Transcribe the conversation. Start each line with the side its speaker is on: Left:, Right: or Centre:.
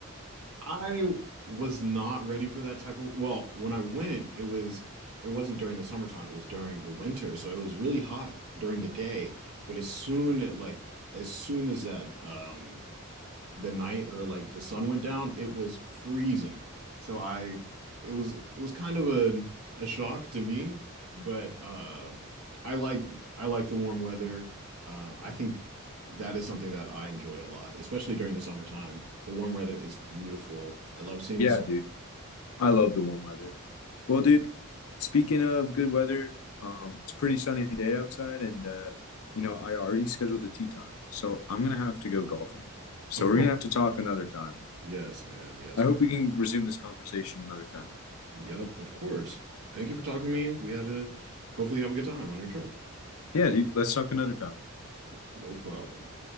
Right: I was not ready for that type of, well, when I went, it was it wasn't during the summertime, it was during the winter. So it was really hot during the day, but as soon at like as soon as that um the night or like the sun went down, it was freezing. So I it was it was kind of a a shock to me, but uh I like I like the warm weather. Um I think that is something that I enjoy a lot, especially during the summertime. The warm weather is beautiful. I love seeing
Left: Yeah,
Right: the sun.
Left: dude.
Right: Yeah.
Left: I love the warm weather. Well, dude, speaking of good weather, um, it's a pretty sunny day outside, and uh, you know, I already scheduled the tee time, so I'm gonna have to go golfing. So
Right: <laughs>
Left: we're gonna have to talk another time.
Right: Yes, man. Yes,
Left: I hope
Right: man.
Left: we can resume this conversation another time.
Right: Yep, of course. Thank you for talking to me. We had to hopefully have a good time on your trip.
Left: Yeah, dude, let's talk another time.
Right: No problem.